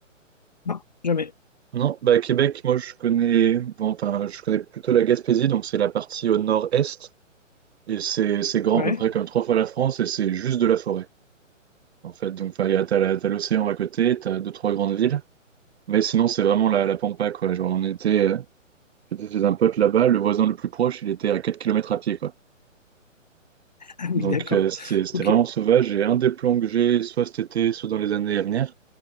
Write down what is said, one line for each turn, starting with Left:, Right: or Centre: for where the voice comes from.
Left: Non, jamais.
Right: Non, bah, Québec, moi, je connais, bon, enfin, je connais plutôt la Gaspésie, donc c'est la partie au nord-est, et c'est c'est grand
Left: Ouais.
Right: à peu près comme trois fois la France, et c'est juste de la forêt, en fait. Donc, enfin, il y a- t'as la- t'as l'océan à côté, t'as deux, trois grandes villes, mais sinon, c'est vraiment la, la pampa, quoi. Genre, on était, euh, j'étais chez un pote là-bas, le voisin le plus proche, il était à 4 kilomètres à pied, quoi.
Left: Ah
Right: Donc,
Left: oui, d'accord.
Right: euh, c'était, c'était
Left: Ok,
Right: vraiment sauvage. Et un des plans que j'ai, soit cet été, soit dans les années à venir,